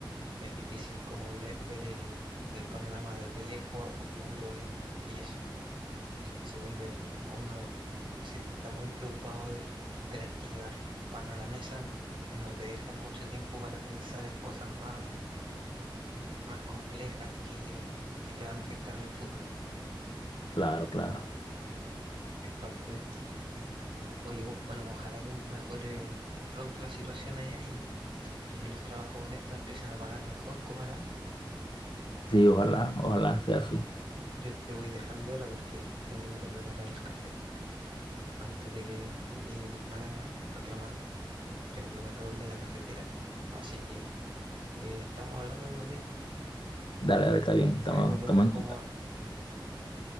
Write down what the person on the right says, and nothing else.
es difícil como ver, ver el, el panorama desde lejos a futuro y y eso. se vuelve uno, si está muy preocupado del tener que llevar pan a la mesa, no te dejan mucho tiempo para pensar en cosas más, más complejas que, que te van a afectar en el futuro.
Es parte de, oye, o- bueno, ojalá que mejore pronto la situación allá y, y que los trabajos honestos empiecen a pagar mejor como era antes.
Yo te voy dejando ahora porque tengo que ir a preparar el café antes de que llegue mi hermana reclamando que me tome todo el de la cafetera. Así que Eh, estamos hablando en unos días.
Ahí me cuentas
cómo
va.